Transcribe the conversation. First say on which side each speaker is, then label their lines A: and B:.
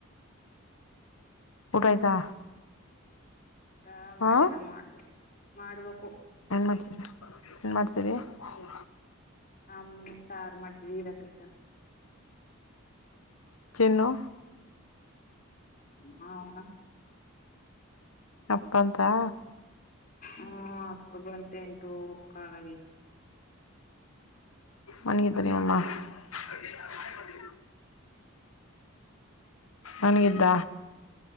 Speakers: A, on the left; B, on the left.
A: ಊಟ ಆಯ್ತಾ
B: ಊಟ ಮಾಡಿಲ್ಲ
A: ಹಾ
B: ಮಾಡ್ಬೇಕು ಮಾಡ್ಬೇಕು
A: ಏನು ಮಾಡ್ತೀರಿ ಏನು ಮಾಡ್ತಿದೀಯ ಹ
B: ಆ ಸಾರು ಮಾಡ್ತವಿ ಇರಾ ಕೈಸಾರ
A: ತಿನ್ನು
B: ಹೌನ
A: ಅರ್ಥಯ್ತಾ
B: ಹಾ ಹ ಅಪ್ಪ ಬಂತೆ ಎಂಟು ಕಾಾಲಾಗಿತ್ತು
A: ಮನೇಗಿದಿನಮ್ಮ ಅ ಮಂಗಿದ್ದ